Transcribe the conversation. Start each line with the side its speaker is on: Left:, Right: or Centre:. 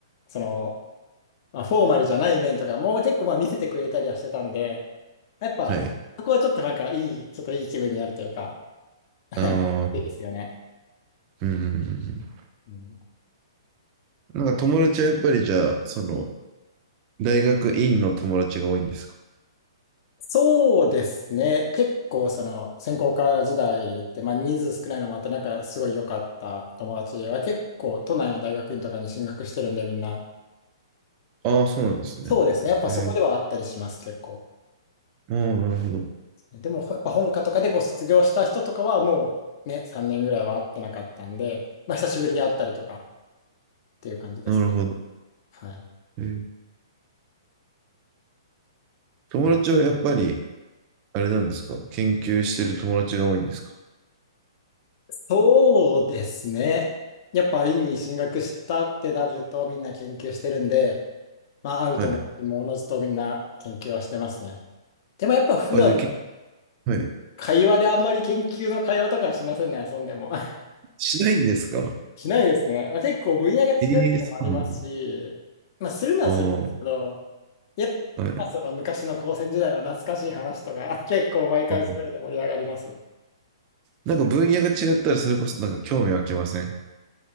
Left: その、まあ、フォーマルじゃない面とかも結構まあ見せてくれたりはしてたんで、やっぱ、
Right: はい。
Left: そこはちょっとなんかいい、ちょっといい気分になるというか、なんか、
Right: ああ、
Left: いいですよね。
Right: うんうんうんうん。
Left: うん
Right: なんか友達はやっぱりじゃあ、その、大学院の友達が多いんですか
Left: そうですね。結構、その、専攻科時代って、まあ、人数少ないのもあって、なんか、すごい良かった友達は、結構、都内の大学院とかに進学してるんで、みんな。
Right: ああー、そうなんですね。
Left: そうですね。やっぱそこではあったりします、
Right: えー、
Left: 結構。
Right: ああ、なるほど。
Left: でも、やっぱ本科とかでこう卒業した人とかは、もうね、3年ぐらいは会ってなかったんで、まあ、久しぶりに会ったりとかっていう感じです。
Right: なるほど。
Left: はい。
Right: えー友達はやっぱり、
Left: はい
Right: あれなんですか研究してる友達が多いんですか
Left: そうですね。やっぱ、院に進学したってなると、みんな研究してるんで、まあ、合うと思って、
Right: はい。
Left: もおのずとみんな研究はしてますね。でもやっぱ普段の
Right: あ、じゃあ、け、はい。
Left: 会話であんまり研究の会話とかはしませんね、遊んでも。<laughs>
Right: しないんですか
Left: しないですね。まあ、結構分野が違うってのもありますし、
Right: ええそうなんだ。
Left: まあ、するのはするんですけど、
Right: ああ、
Left: やっぱその昔の高専時代の懐かしい話とか、
Right: はい。
Left: <laughs> 結構毎回するので盛り上がります。
Right: あなんか分野が違ったら、それこそなんか興味湧きません